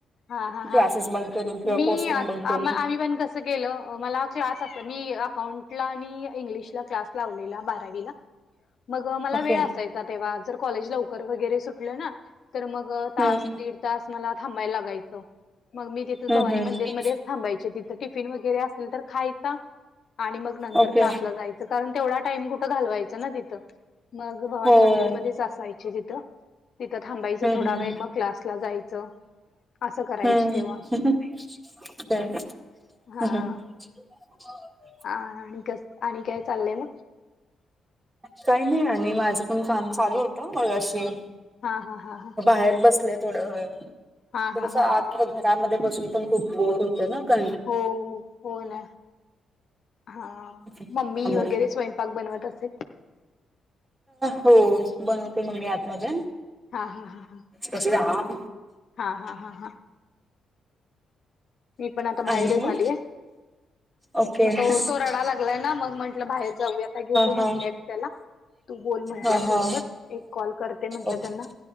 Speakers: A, on the left (about 60°); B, on the right (about 25°).
A: हा हा
B: क्लासेस
A: हा
B: बंक करून किंवा
A: मी
B: पोस्टिंग
A: आ
B: बंक करून
A: आमही पण कस गेलं मला क्लास अस मी अकाउंटला आणि इंग्लिशला क्लास लावलेला बारावीला मग मला
B: ओके
A: वेळ असायचा तेव्हा जर कॉलेज लवकर वगैरे सुटलं ना तर मग तास
B: हम्म
A: दीड तास मला थांबायला लागायचं मग मी भवानी
B: हम्म हम्म
A: मंदिरमध्येध्येच थांबायचे तिथं टिफिन वगैरे असेल तर खायचा आणि मग नंतर
B: ओके
A: क्लासला जायचं कारण तेवढा टाईम कुठं घालवायचां ना तिथं मग भवानी
B: होय
A: मंदिरमध्येध्येच असायचे तिथं तिथं थांबायचं
B: हम्म
A: थोडा
B: हम्म
A: वेळ मग क्लासला जायचं असं करायची
B: हम्म
A: तेव्हा
B: हम्
A: हा
B: हम हो
A: हा आणि कस आणि काय चाललंय मग
B: काही नाही आणि माझं पण काम चालू होतं मग अशी
A: हा हा हा हा
B: बाहेर बसले थोडंस
A: हा हा
B: आत
A: हा हा
B: घरामध्ये बसून पण खूप बोर होत ना का
A: हो हो ना हा
B: त्यामुळे
A: मम्मी वगैरे स्वयंपाक बनवत असेल
B: हो बनवते मम्मी आत मज्या
A: हा हा हा हा
B: कसे ह
A: हा हा हा हा मी पण आता बाहेरच
B: आणि मग
A: आलीय
B: ओके
A: मग तो
B: हा
A: तो रडा लागलाय ना मग म्हंटलं बाहेर जाऊ आता घेतो म्हटलेय
B: हा
A: मी त्याला तू बोल म्हंटल्या
B: हा
A: फोनवर
B: हा
A: एक कॉल करते म्हंटलं
B: ओके
A: त्यांना